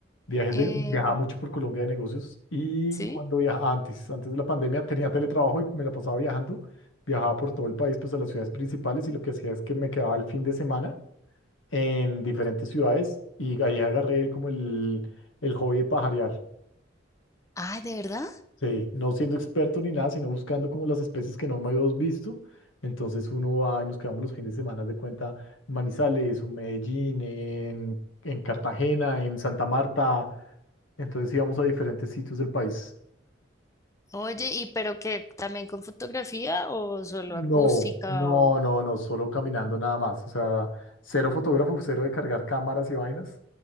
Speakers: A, on the left; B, on the left.
A: Viajes
B: Eh,
A: de, viajaba mucho por Colombia de negocios y
B: ¿sí?
A: cuando viajaba antes, antes de la pandemia tenía teletrabajo y me la pasaba viajando, viajaba por todo el país, pues a las ciudades principales y lo que hacía es que me quedaba el fin de semana en diferentes ciudades y ahí agarré como el, el hobby de pajarear.
B: Ay, ¿de verdad?
A: Sí, no siendo experto ni nada, sino buscando como las especies que no me habíamos visto. Entonces uno va y nos quedamos los fines de semana de cuenta en Manizales, en Medellín, en, en Cartagena, en Santa Marta. Entonces íbamos a diferentes sitios del país.
B: Oye, ¿y pero qué, también con fotografía o solo
A: No,
B: acústica
A: no, no, no, solo caminando nada más. O sea, cero fotógrafo, cero de cargar cámaras y vainas.